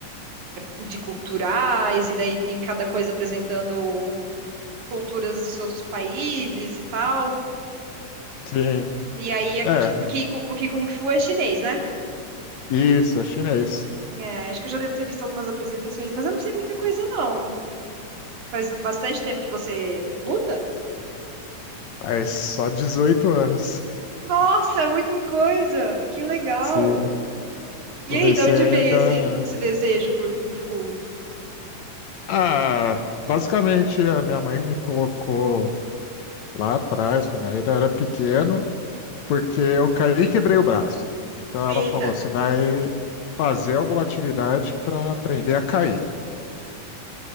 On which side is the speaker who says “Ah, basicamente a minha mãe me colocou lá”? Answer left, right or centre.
Left